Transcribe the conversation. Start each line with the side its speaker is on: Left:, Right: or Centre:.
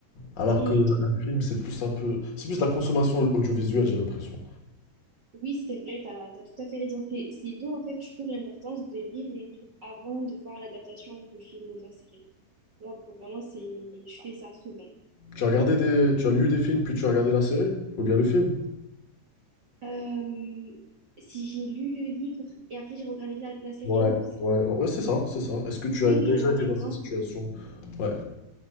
Left: Alors
Right: Mhm.
Left: que un film, c'est plus un peu, c'est plus de la consommation audiovisuelle, j'ai l'impression.
Right: Oui, c'est vrai, t'as, t'as tout à fait raison. C'est, c'est d'où, en fait, je trouve l'importance de lire les livres avant de voir l'adaptation du film ou de la série. Moi, pour vraiment, c'est, je fais ça souvent.
Left: Tu as regardé des, tu as lu des films, puis tu as regardé la série, ou bien le film?
Right: Euh, si j'ai lu le livre et après j'ai regardé la, la série
Left: Ouais,
Right: ou c'est-
Left: ouais, ouais, c'est ça, c'est ça. Est-ce que tu
Right: Oui,
Left: as déjà
Right: oui, bah, par
Left: été
Right: exemple,
Left: dans cette situation? Ouais.